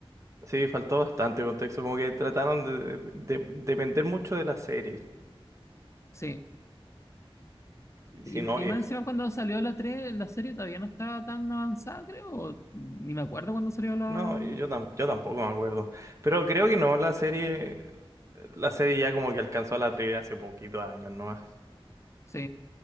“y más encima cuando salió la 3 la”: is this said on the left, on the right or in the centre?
Left